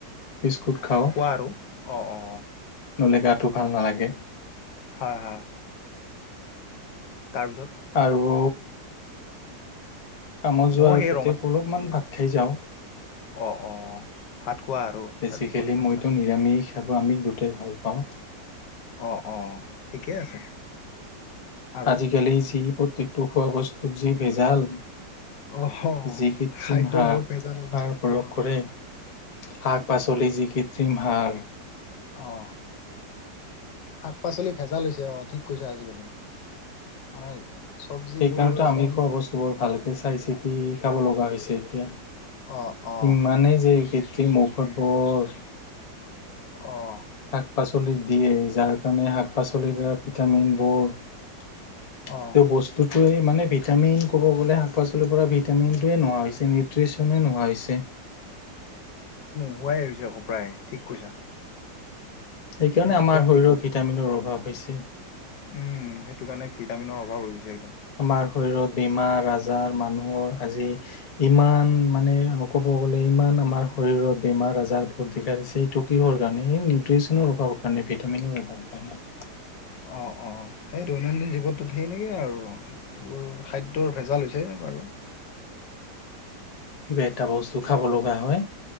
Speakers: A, on the left; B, on the left.
A: বিস্কুট খাওঁ,
B: খোৱা আৰু অ অ
A: ন'হলে গাটো ভাল নালাগে।
B: হয়-হয়। তাৰপিছত?
A: আৰু কামত
B: ময়ো
A: যোৱাৰ
B: সেই
A: আগতে অলপমান ভাত খাই যাওঁ।
B: অ-অ, ভাত। খোৱা আৰু
A: বেচিকেলি
B: ৰাতিপুৱা আচ্ছা
A: মইতো নিৰামিষ আৰু আমিষ দুটাই ভাল পাওঁ।
B: অ-অ, ঠিকেই আছে। আৰু
A: আজিকালি যি প্ৰত্যেকটো খোৱা বস্তুত যি ভেজাল।
B: অ
A: যি কৃত্ৰিম
B: খাদ্যৰ
A: হাক
B: বহুত ভেজাল হৈ
A: সাৰ
B: গৈছে
A: প্ৰয়োগ
B: অ
A: কৰে। শাক পাচলি যি কৃত্ৰিম সাৰ
B: অহ, শাক-পাচলি ভেজা লৈছে অ' ঠিক কৈছে আজিকালি মানে চবজিবোৰ
A: সেইকাৰণো
B: একদম
A: আমি খোৱা বস্তুবোৰ ভালকে চাই চিতি খাব লগা হৈছে এতিয়া।
B: অ অ
A: ইমানেই যে কৃত্ৰিম ঔষধ বৰ
B: অ',
A: শাক-পাচলি দিয়ে, যাৰ কাৰণে শাক-পাচলিৰ দ্বাৰা ভিটামিনবোৰ তেওঁ
B: অ
A: বস্তুটোৱে মানে ভিটামিন, ক'ব গ'লে শাক পাচলিৰ পৰা ভিটামিনটোৱেই নোহোৱা হৈছে নে ত্ৰিছনেই নোহোৱা হৈছে
B: হোৱাই হৈছে আকৌ প্ৰায়, ঠিক কৈছা।
A: সেইকাৰণে
B: একদম
A: আমাৰ শৰীৰত
B: ঠিক কৈছা।
A: ভিটামিনৰ অভাৱ হৈছে।
B: উম, সেইটো কাৰণে ভিটামিনৰ অভাৱ হৈছে।
A: আমাৰ শৰীৰত বিমাৰ-আজাৰ মানুহৰ আজি, ইমান মানে স, ক'ব গ'লে ইমান আমাৰ শৰীৰত বেমাৰ-আজাৰ ভৰ্তি <unintelligible> হৈছে, এইটো কিহৰ কাৰণে হে? নিউট্ৰিচনৰ অভাৱৰ কাৰণে, ভিটামিনৰ অভাৱ কাৰণে।
B: অ', অ'। সেই দৈনন্দিন জীৱনটোত সেইনেকেই আৰু এইবোৰ খাদ্যৰ ভেজাল হৈছে, বাৰু।
A: <inaudible> কিবা এটা বস্তু খাব লগা হয়।